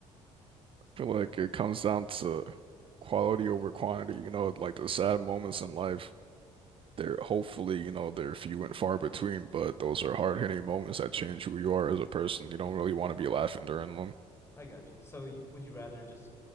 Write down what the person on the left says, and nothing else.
Mhm.
I got you. So you, would you rather just